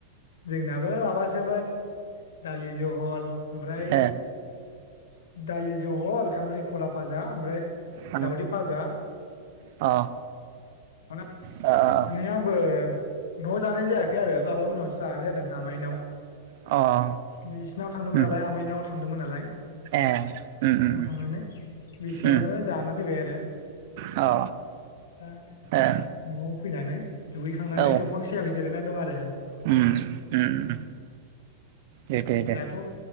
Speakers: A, on the left; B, on the right.
A: जोंनाबो माबासोमोन दालि जहल ओमफ्राय
B: ए
A: दालि जहल खांख्रि खला भाजा ओमफ्राय
B: अ
A: दावदै भाजा
B: अ
A: माने
B: अ
A: आंबो न' जानाय जायाखै आरो माबा मोनावसो जानाय जादों आमायनाव
B: अ
A: नै इसोरनाव थांदोंमोन
B: उम
A: नालाय आमायनाव थां थांदोंमोन नालाय
B: ए उम
A: बिसिनाव
B: उम
A: थांनानै बिसिनावनो
B: उम
A: जाना फैबाय आरो
B: अ
A: दा
B: ए
A: न' फैनानै दुगैखांनानै
B: औ
A: दंफां सायाव जिरायनानै दं आरो
B: उम उम दे दे दे
A: दाथ'